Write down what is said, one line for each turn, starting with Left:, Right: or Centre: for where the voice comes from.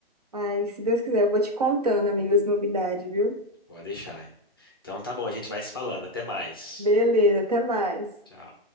Right: Ai, se Deus quiser, eu vou te contando, amiga, as novidades, viu?
Left: Pode deixar. Então tá bom, a gente vai se falando. Até mais.
Right: Beleza, até mais.
Left: Tchau.